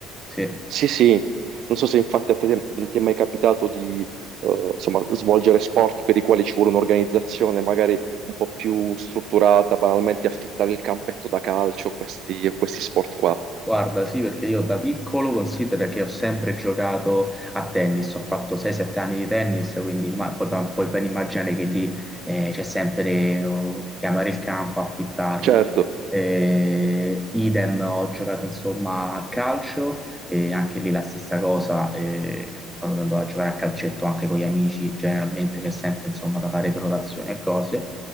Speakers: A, in the centre; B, on the right (about 55°).
A: Sì.
B: sì, sì. Non so se infatti a te non ti è mai capitato di eh, insomma, svolgere sport per i quali ci vuole un'organizzazione magari un po' più strutturata, banalmente affittare il campetto da calcio, questi, questi sport qua.
A: Guarda, sì, perché io da piccolo considero che ho sempre giocato a tennis, ho fatto 6-7 anni di tennis, quindi imma- puoi, puoi ben immaginare che lì eh, c'è sempre oh, chiamare il campo, affittarlo.
B: Certo,
A: Eh, idem, ho giocato insomma a calcio eh, anche lì la stessa cosa, eh, quando andavo a giocare a calcetto anche con gli amici, generalmente che è sempre insomma da fare prenotazioni e cose,